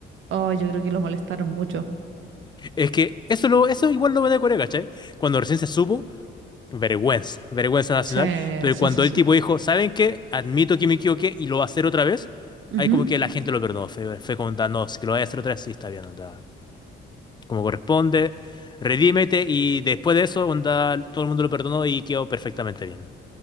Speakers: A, on the right (about 75°); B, on the left (about 20°).
A: Oh, yo creo que lo molestaron mucho.
B: Es que eso, lo, eso igual lo me da Corea, ¿cachai? Cuando recién se supo, vergüenza, vergüenza nacional.
A: Sí,
B: Pero
A: sí,
B: cuando
A: sí, sí.
B: el tipo dijo, ¿saben qué? Admito que me equivoqué y lo va a hacer otra vez,
A: Ujú.
B: ahí como que la gente lo perdonó. Fue, fue como, "Ah, no, si que lo voy a hacer otra vez, sí, está bien, onda. Como corresponde, redímete y después de eso, onda, todo el mundo lo perdonó y quedó perfectamente bien.